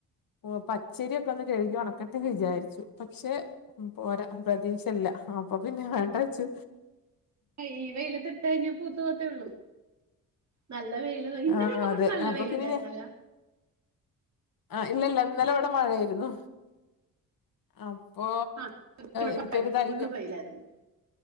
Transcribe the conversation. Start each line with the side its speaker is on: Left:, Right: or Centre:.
Left: ഓ പച്ചരിയൊക്കെ ഒന്ന് കഴുകി ഉണക്കട്ടേന്ന് വിചാരിച്ചു. പക്ഷെ ഉം. പോരാ, പ്രതീക്ഷല്ല. അപ്പൊ പിന്നെ വേണ്ടാ വെച്ചു.
Right: ഈ വെയിലത്ത് ഇട്ട് കഴിഞ്ഞാ പൂത്തു പോത്തേ ഉള്ളൂ. നല്ല വെയില് ഇന്നലെയൊക്കെ
Left: ആ അതെ
Right: പക്ഷെ നല്ല
Left: അപ്പൊ
Right: വെയിലുണ്ടാരുന്നല്ലാ
Left: പിന്നെ ആഹ് ഇല്ലില്ല. ഇന്നലെ ഇവിടെ മഴയാരുന്നു. അപ്പോ
Right: ആഹ് ഇവിടെ
Left: എനിക്കത് കഴിക്കം.
Right: ഫുള്ള് വെയിലായിരുന്നു